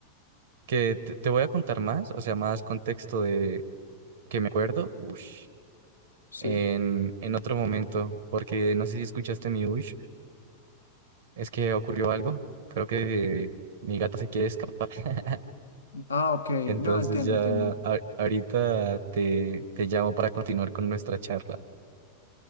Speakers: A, on the right; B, on the left.
A: que te, te voy a contar más, o sea, más contexto de que me acuerdo. Ush.
B: Sí.
A: En, en otro momento, porque no sé si escuchaste mi ush, es que ocurrió algo. Creo que mi gata se quiere escapar. <laughs>
B: Ah, ok.
A: Entonces
B: No, entiendo,
A: ya
B: entiendo.
A: a- ahorita te, te llamo para continuar con nuestra charla.